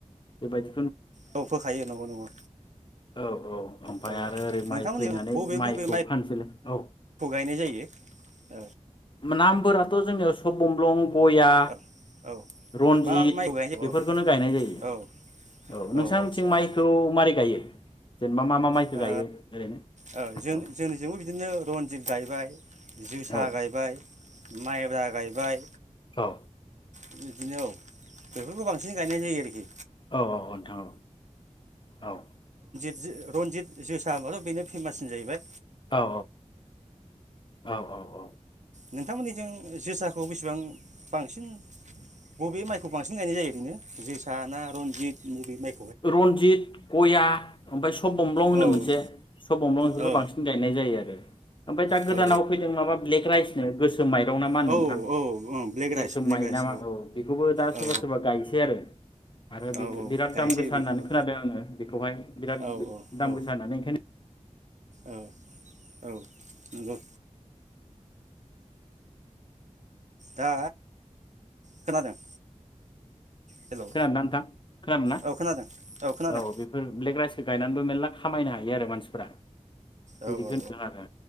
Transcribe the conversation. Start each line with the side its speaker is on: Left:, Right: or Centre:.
Left: बेबायदि
Right: औ फोखायो नंगौ नंगौ
Left: औ औ ओमफाय
Right: औ
Left: आरो ओरै
Right: नोंथांमोननि
Left: माइ फैनानै
Right: बबे
Left: माइखौ
Right: बबे
Left: फानसैलै औ
Right: गायनाय जायो ओ
Left: नामफोराथ' जोंनियाव सब बम्लं गया,
Right: औ औ
Left: रन्जित
Right: मा माइखौ गायनाय जायो औ
Left: बेफोरखौनो गायनाय जायो।
Right: औ
Left: औ नोंसां
Right: आदसा
Left: मिथिं माइखौ
Right: औ
Left: मारै गायो? जेनेबा मा मा माइखौ
Right: औ
Left: गायो ओरैनो?
Right: ओ जों
Left: औ
Right: जोंनिजोंबो बिदिनो रनजित गायबाय जोसा
Left: औ
Right: गायबाय, माइब्रा गायबाय
Left: औ
Right: बिदिनो औ बेफोरखौ बांसिन गायनाय जायो आरोखि
Left: औ औ औ नोंथां औ
Right: जे रनजित जोसा होनबाथ' बेनो फेमाससिन जाहैबाय
Left: औ औ औ औ औ औ
Right: नोंथांमोननिजों जोसाखौ बेसिबां बांसिन बबे माइखौ बांसिन गायनाय जायो ओरैनो जोसा ना रनजित बबे माइ
Left: रनजित गया ओमफ्राय सु सब बमब्लं होनो
Right: औ
Left: मोनसे सब बमब्लं बेफोरखौ
Right: औ
Left: बांसिन गायनाय जायो आरो ओमफ्राय दा गोदानाव
Right: औ
Left: फैदों माबा ब्लेक राइसनो गोसो म माइरं ना मा होन्दों
Right: औ
Left: नोंथां
Right: ओं ब्लेक
Left: गोसोम
Right: राइस ब्लेक
Left: माइ
Right: राइस
Left: नामा औ बेखौबो दा
Right: औ
Left: सोरबा सोरबा गायसै आरो आरो
Right: औ
Left: बिथोबिराद
Right: औ गायसै
Left: गोसा
Right: बेखौबो
Left: होननानै खोनादों आङो बेखौहाय बिराद
Right: औ
Left: दाम
Right: औ
Left: गोसा होननानै ओंखाय <inaudible>
Right: औ औ नोंगौ दा खोनादों हेलौ
Left: खोनादो ना नोंथां? खोनादों ना
Right: औ खोनादों खोनादों
Left: औ बेफोर ब्लेक राइस गायनानैबो मेल्ला खामायनो हायो आरो मानसिफ्रा बिदिखौहोन्दों
Right: औ औ
Left: आरो